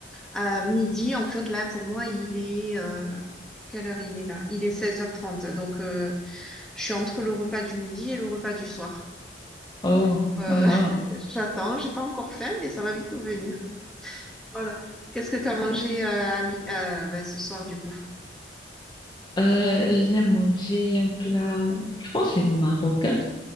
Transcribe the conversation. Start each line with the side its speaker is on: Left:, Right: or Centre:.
Centre: à midi. En fait là pour moi il est euh, quelle heure il est là? Il est seize heures trente. Donc euh, je suis entre le repas du midi et le repas du soir.
Left: Oh,
Centre: Euh,
Left: voilà.
Centre: <laughs> j'attends, j'ai pas encore faim, mais ça va vite venir. Voilà. Qu'est-ce que tu as mangé euh, à mi- euh, bah, ce soir du coup?
Left: Euh, j'ai mangé un plat, je pense que c'est marocain,